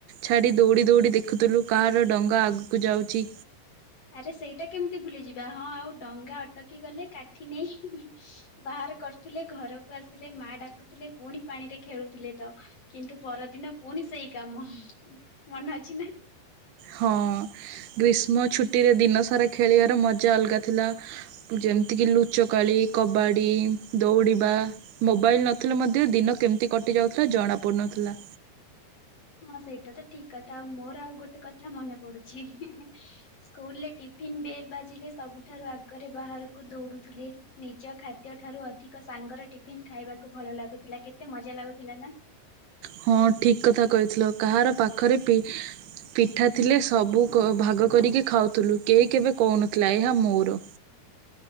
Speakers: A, on the right; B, on the left.
A: ଛାଡି ଦୌଡି ଦୌଡି ଦେଖୁଥିଲୁ। କାର ଡଙ୍ଗା ଆଗ କୁ ଯାଉଛି।
B: ଆରେ ସେଇଟା କେମିତି ଭୁଲିଯିବା। ହଁ ଆଉ ଡଙ୍ଗା ଅଟକି ଗଲେ କାଠି ନେଇ ବାହାର କରୁଥିଲେ ଘରକୁ ଆସିଲେ ମା ଡାକୁଥିଲେ ପୁଣି ପାଣିରେ ଖେଳୁଥିଲେ ତ କିନ୍ତୁ ପରଦିନ ପୁଣି ସେଇ କାମ ମନେ ଅଛି ନା।
A: ହଁ ଗ୍ରୀଷ୍ମ ଛୁଟିରେ ଦିନସାରା ଖେଳିବାର ମଜା ଅଲଗା ଥିଲା। ଯେମିତିକି ଲୁଚକାଳି କବାଡି ଦୌଡିବା ମୋବାଇଲ ନଥିଲେ ମଧ୍ୟ ଦିନ କେମିତି କଟିଯାଉଥିଲା ଜଣା ପଡୁନଥିଲା।
B: ହଁ ସେଇଟା ତ ଠିକ କଥା। ଆଉ ମୋର ଆଉ ଗୋଟେ କଥା ମନେ ପଡୁଛି। ହିଁ ହିଁ ସ୍କୁଲରେ ଟିଫିନ ବେଲ ବାଜିଲେ ସବୁଠାରୁ ଆଗରେ ବାହାରକୁ ଦୌଡୁଥିଲେ। ନିଜ ଖାଦ୍ୟ ଠାରୁ ଅଧିକ ସାଙ୍ଗରେ ଟିଫିନ ଖାଇବାକୁ ଭଲ ଲାଗୁଥିଲା କେତେ ମଜା ଲାଗୁଥିଲା ନା।
A: ହଁ ଠିକ୍ କଥା କହିଥିଲ। କାହାର ପାଖରେ ପି ପିଠା ଥିଲେ ସବୁ ଭାଗ କରିକି ଖାଉଥିଲୁ କେହି କେବେ କହୁନଥିଲା ଏହା ମୋର।